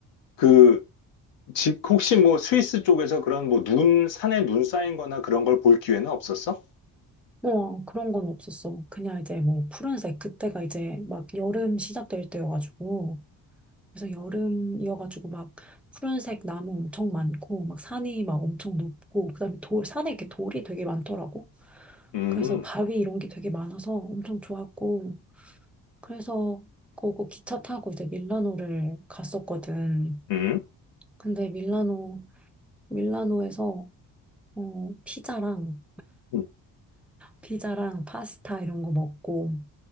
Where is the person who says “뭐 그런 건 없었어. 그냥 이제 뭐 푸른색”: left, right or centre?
Centre